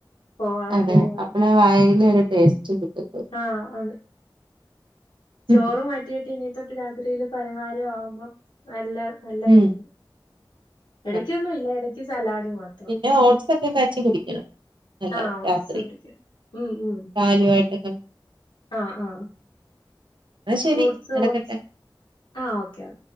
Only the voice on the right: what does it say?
അതെ
അപ്പളാ വായേല് ഒര് ടേസ്റ്റ് കിട്ടത്തു
ഉം
ഉം
അതെ.
പിന്നെ ഓട്സക്കെ കാച്ചി കുടിക്കണം നല്ലതാ
രാത്രി
പാലുവായിട്ടൊക്ക
ന്നാ ശരി
നടക്കട്ടെ